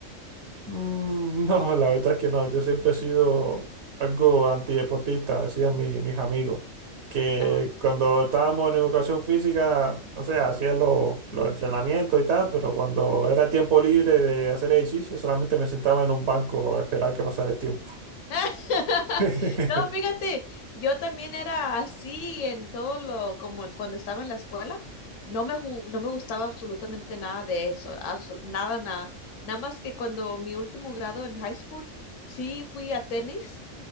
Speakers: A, on the right; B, on the left.
A: Mm, <laughs> No, la verdad es que no. Yo siempre he sido algo antideportista, decían mi- mis amigos, que
B: Ajá.
A: cuando estábamos en educación física, o sea, hacían los, los entrenamientos y tal, pero cuando era tiempo libre de hacer ejercicio, solamente me sentaba en un banco a esperar que pasara el tiempo.
B: <laughs>
A: <laughs>
B: No, fíjate, yo también era así en todo lo, como cuando estaba en la escuela, no me, ju- no me gustaba absolutamente nada de eso, absol- nada, nada, nada más que cuando mi último grado en high school, sí fui a tenis